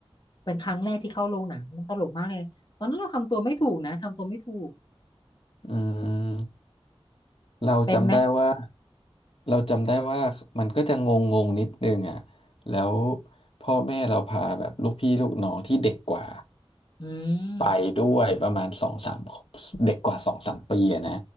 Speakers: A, on the left; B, on the left.
A: เป็นครั้งแรกที่เข้าโรงหนังมันตลกมากเลยตอนนั้นเราทำตัวไม่ถูกนะทำตัวไม่ถูก
B: อืมเราจำได้ว่า
A: เป็นไหม
B: เราจำได้ว่ามันก็จะงงงงนิดนึงอ่ะแล้วพ่อแม่เราพาแบบลูกพี่ลูกน้องที่เด็กกว่า
A: อื
B: ไปด้วยประมาณสองสาม
A: ม
B: เด็กกว่าสองสามปีอะนะ